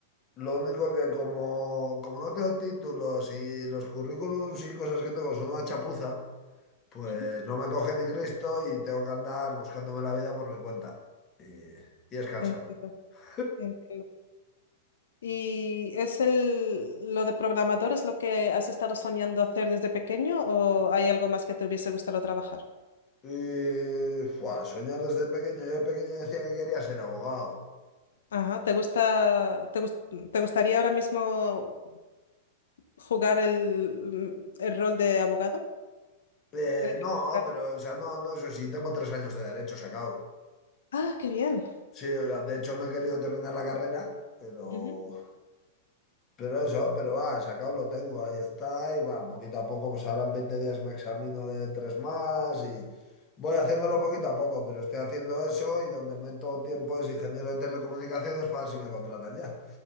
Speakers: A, on the left; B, on the left.
A: Lo único que como, como no tengo títulos y los currículums y cosas que tengo son una chapuza, Pues
B: Ujú.
A: no me coge ni Cristo y tengo que andar buscándome la vida por mi cuenta. Y, y es cansado.
B: Entiendo,
A: <laughs>
B: entiendo. ¿Y es el, lo de programador es lo que has estado soñando hacer desde pequeño o hay algo más que te hubiese gustado trabajar?
A: Y, fua, soñar desde pequeño. Yo de pequeño decía que quería ser abogado.
B: Ajá, ¿te gusta, te gus- te gustaría ahora mismo jugar el, el rol de abogado?
A: Eh,
B: ¿Ejercitarlo?
A: no, pero, o sea, no, no, eso sí, tengo tres años de derecho sacado.
B: Ah, qué bien.
A: Sí, o sea, de hecho no he querido terminar la carrera, pero
B: Ujú.
A: Pero eso, pero va, sacado lo tengo, ahí está, y va, poquito a poco, pues ahora en 20 días me examino de tres más y voy haciéndolo poquito a poco, pero estoy haciendo eso y donde meto tiempo es ingeniero de telecomunicaciones para ver si me contratan ya.